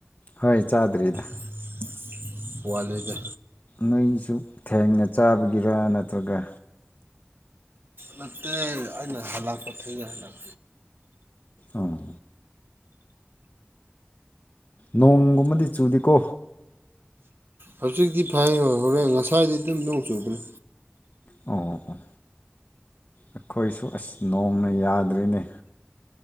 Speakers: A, on the left; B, on the right.
A: ꯍꯣꯏ ꯆꯥꯗ꯭ꯔꯤꯗꯥ
B: <inaudible> ꯋꯥꯠꯂꯤꯗ
A: ꯅꯣꯏꯁꯨ ꯊꯦꯡꯅ ꯆꯥꯕꯒꯤꯔꯥ ꯅꯠꯇ꯭ꯔꯥꯒ
B: ꯅꯠꯇꯦ ꯑꯩꯅ ꯍꯜꯂꯛꯄꯥ ꯊꯦꯡꯉꯦ ꯍꯜꯂꯛ
A: ꯑꯧ ꯅꯣꯡꯒꯨꯝꯕꯗꯤ ꯆꯨꯗꯦꯀꯣ
B: ꯍꯧꯖꯤꯛꯇꯤ ꯐꯩ ꯍꯣꯔꯦꯟ ꯉꯁꯥꯏꯗꯤ ꯑꯗꯨꯝ ꯅꯣꯡ ꯆꯨꯕꯅꯦ
A: ꯑꯣ ꯑꯣ ꯑꯣ ꯑꯈꯣꯏꯁꯨ ꯑꯁ ꯅꯣꯡꯅ ꯌꯥꯗ꯭ꯔꯦꯅꯦ